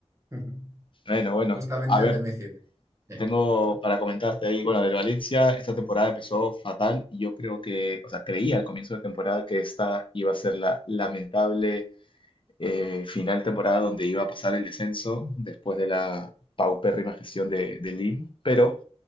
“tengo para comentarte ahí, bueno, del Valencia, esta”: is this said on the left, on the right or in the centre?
Left